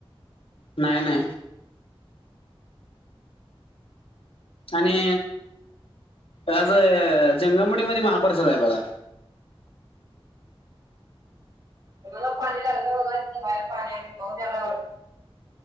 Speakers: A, on the left; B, on the right.
A: नाही नाही आणि आज जंगामडी मध्ये महाप्रसाद आहे बघा.
B: घराला पाणी लागलंय बगा इथन बाहेर पाणी आलंय पाऊस यायलाय आवर.